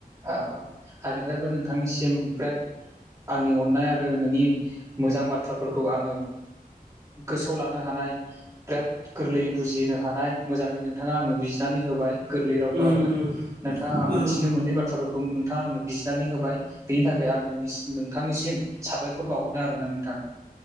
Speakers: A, on the right (about 20°); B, on the right (about 70°).
A: औ आंनिफ्रायबो नोंथांनिसिम बेराद आंनि अननाय आरो नोंनि मोजां बाथ्राफोरखौ आङो। गोसोआव लानो हानाय बिराद गोरलैयै बुजिनो हानाय मोजाङै नोंथाङा आंनो बि नानै होबाय गोरलै रावफोरावनो
B: उम उम
A: नोंथाङां
B: उम
A: मिथिनो मोननाय बाथ बाथ्राफोरखौ नोंथाङा आंनो बिजिरनानै होबाय। बिनि थाखाय आंङो नोंथांनिसिम साबायखर बावहरदों आरोना नोंथां।